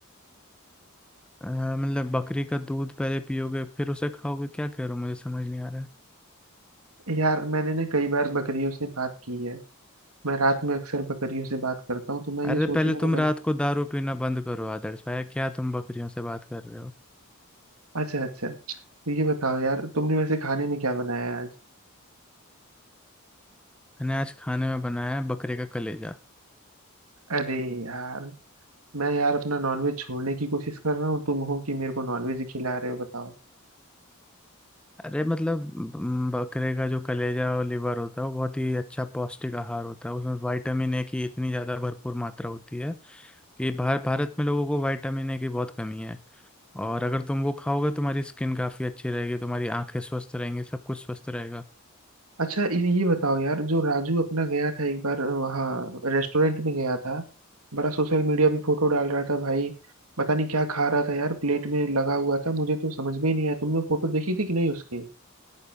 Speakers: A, in the centre; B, on the right (about 90°).
A: अ, मतलब बकरी का दूध पहले पियोगे फिर उसे खाओगे क्या कह रहे हो मुझे समझ नहीं आ रहा है
B: यार मैंने ना कई बार बकरियों से बात की है मैं रात में अक्सर बकरियों से बात करता हूँ तो मैं ये
A: अरे
B: सोचने
A: पहले
B: में
A: तुम रात
B: लग
A: को दारू पीना बंद करो आदर्श भाई क्या तुम बकरियों से बात कर रहे हो
B: अच्छा अच्छा तो ये बताओ यार तुमने वैसे खाने में क्या बनाया आज
A: मैंने आज खाने में बनाया है बकरे का कलेजा
B: अरे यार मैं यार अपना नॉनवेज छोड़ने की कोशिश कर रहा हूँ तुम हो कि मेरे को नॉनवेज ही खिला रहे हो बताओ
A: अरे मतलब ब- बकरे का जो कलेजा और लिवर होता है वो बहुत ही अच्छा पौष्टिक आहार होता है उसमें विटामिन ए की इतनी ज़्यादा भरपूर मात्रा होती है कि भार भारत में लोगों को विटामिन ए की बहुत कमी है और अगर तुम वो खाओगे तुम्हारी स्किन काफ़ी अच्छी रहेगी तुम्हारी आंखें स्वस्थ रहेंगी सब कुछ स्वस्थ रहेगा
B: अच्छा ये ये बताओ यार जो राजू अपना गया था एक बार वहाँ रेस्टोरेंट में गया था बड़ा सोशल मीडिया पे फोटो डाल रहा था भाई पता नहीं क्या खा रहा था यार प्लेट में लगा हुआ था मुझे तो समझ में ही नहीं आया तुमने फोटो देखी थी कि नहीं उसकी